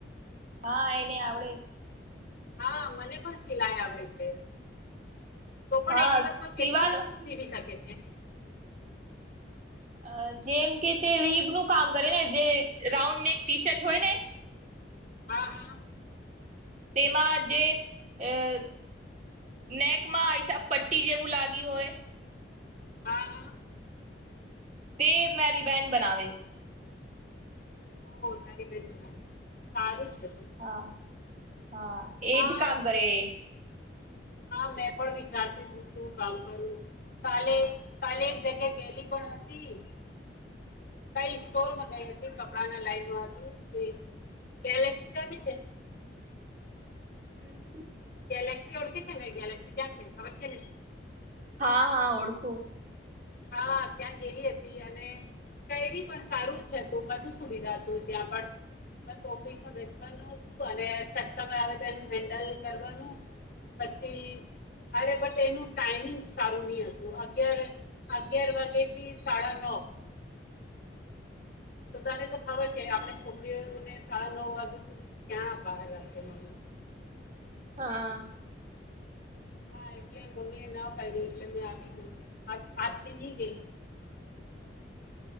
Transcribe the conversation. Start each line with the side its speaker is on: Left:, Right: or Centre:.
Right: હા એને આવડે.
Left: હા મને પણ સિલાઈ આવડે છે. તો પણ
Right: હા
Left: એક દિવસમાં
Right: સીવાનું
Left: કેટલા સીવી શકે છે?
Right: અહ જેમ કે તે રીબ નું કામ કરે ને જે રાઉન્ડ નેક ટી શર્ટ હોય ને
Left: હા, હા.
Right: તેમાં જે અહ નેકમાં હિસાબ પટ્ટી જેવું લાગી હોય
Left: હા, હા.
Right: તે મેરી બહેન બનાવે.
Left: ઓહ! તારી બેન બનાવે, સારું છે. તો
Right: હા. હા એજ
Left: હા
Right: કામ કરે એ. <inaudible>
Left: હા મેં પણ વિચારતીતી શું કામ કરું. કાલે કાલે એક જગ્યાએ ગેલી પણ હતી કઈ સ્ટોરમાં ગઈ હતી, કપડા ના લાઈનમાં હતું, ગે ગેલેક્સી <unintelligible>
Right: હમ્મ.
Left: ગેલેક્સી ઓળખી છે ને, ગેલેક્સી ક્યાં છે? ખબર છે ને?
Right: હા, હા ઓળખું.
Left: હા ત્યાં ગેલી હતી અને કેરી પણ સારું જ હતું. બધું સુવિધા હતું ત્યાં પણ. બસ ઓફિસમાં બેસવાનું હતું અને કસ્ટમર આવે તો એનું હેન્ડલ કરવાનું પછી. અરે બટ એનું ટાઈમિંગ સારું નઈ હતું. અગિયાર અગિયાર વાગેથી સાડા નવ. તો તને તો ખબર છે આપડે છોકરીઓને સાડા નવ વાગ્યા સુધી ક્યાં બહાર રાખે મમ્મી.
Right: હા.
Left: હા એટલે મમ્મી એ ના પાયડુ એટલે મેં આવી ગયું. આજ-આજથી ની ગી.